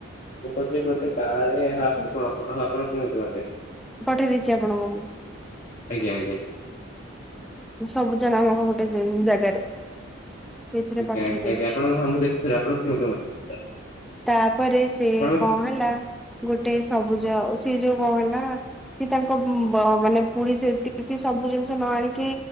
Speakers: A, on the left; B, in the centre.
A: ମୁଁ କହୁଥିଲି ଗୋଟେ ଗାଁ ରେ ହାଁ ଆପଣ କୁହ ଆପ ହଁ ଆପଣ କୁହନ୍ତୁ ମତେ।
B: ପଠେଇ ଦେଇଛି ଆପଣଙ୍କୁ ମୁଁ।
A: ଆଜ୍ଞା ଆଜ୍ଞା।
B: ସବୁ <unintelligible> ଗୋଟେ ଜ ଜାଗାରେ। ଏଥିରେ
A: ଆଜ୍ଞା
B: ପଠେଇ
A: ଆଜ୍ଞା
B: ଦେଇଛି।
A: ଆଜ୍ଞା ଆପଣ ହଁ ମୁଁ ଦେଖିସାରେ ଆପଣ କୁହନ୍ତୁ ମତେ।
B: ତାପରେ ସେ
A: ଆପଣ ମତେ
B: କଣ ହେଲା ଗୋଟେ ସବୁଜ ସେ ଯୋଉ କଣ ହେଲା। ସିଏ ତାଙ୍କ ଉଁ ବ ମାନେ ପୁରୀ ସେତିକି ସବୁ ଜିନିଷ ନ ଆଣିକି।